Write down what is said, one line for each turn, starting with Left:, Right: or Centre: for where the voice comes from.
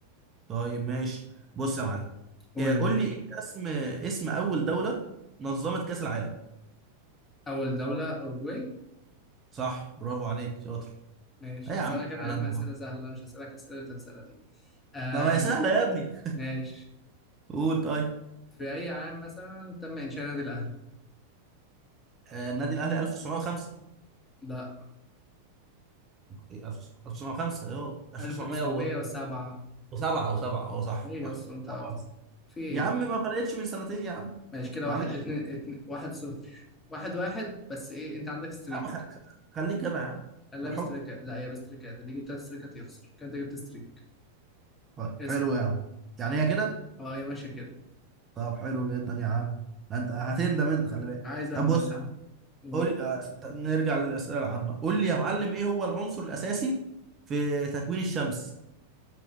Right: طيب ماشي بص يا معلم
Left: قول
Right: إيه،
Left: يا
Right: قول
Left: معلم
Right: لي ايه اسم اسم اول دوله نظمت كاس العالم
Left: أول دولة أوروجواي
Right: صح برافو عليك شاطر
Left: ماشي
Right: ايه يا
Left: هسألك
Right: عم الكلام
Left: أنا يا عم
Right: ده
Left: أسئلة
Right: يا عم
Left: سهلة أنا مش هسألك الأسئلة اللي أنت بتسألها دي آه
Right: ده ما هي سهله يا ابني
Left: ماشي
Right: قول طيب
Left: في أي عام مثلا تم إنشاء النادي الأهلي؟
Right: آه، النادي الاهلي 1905
Left: لا
Right: إيه، 1905 ايوه 1907
Left: 1907
Right: او 7 اه صح
Left: إيه
Right: صح
Left: أصلا أنت
Right: طبعاً.
Left: بت- في إيه؟
Right: يا عم ما فرقتش من سنتين يا عم
Left: ماشي كده
Right: معلش
Left: واحد اتنين, اتنين واحد صفر واحد واحد بس إيه أنت عندك ستريك
Right: يا عم خ- خ- خليك جدع يا عم
Left: خليها
Right: بالحب
Left: بستريكات لا هي بستريكات اللي جبت تلات ستريكات يخسر كان أنت جبت ستريك
Right: طيب
Left: اسأل
Right: حلو يا عم يعني هي كده
Left: أه هي ماشية كده
Right: طب حلو جدا يا عم ده انت هتندم انت خلي بالك
Left: عايز أندم
Right: طب بص
Left: يعني
Right: يا عم،
Left: قول
Right: قول آه، ط- نرجع للاسئله العامه قول لي يا معلم ايه هو العنصر الاساسي في تكوين الشمس